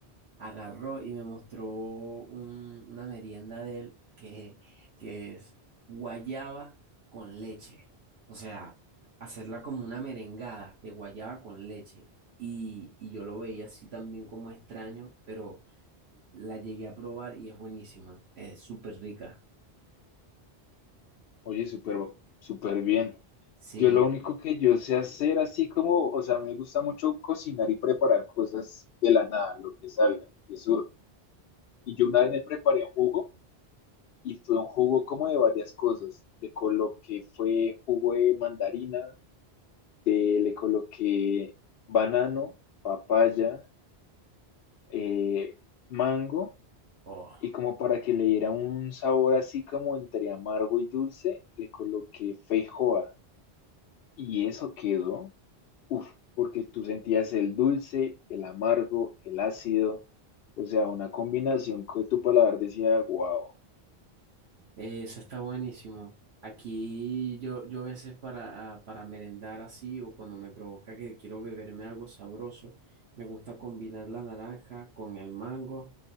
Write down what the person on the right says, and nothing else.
agarró y me mostró un- una merienda de él que, que es guayaba con leche. O sea, hacerla como una merengada de guayaba con leche. Y, y yo lo veía así también como extraño, pero la llegué a probar y es buenísima. Es súper rica.
Sí.
Oh.
Eh, Eso está buenísimo. Aquí yo, yo a veces para, a- para merendar así o cuando me provoca que quiero beberme algo sabroso, me gusta combinar la naranja con el mango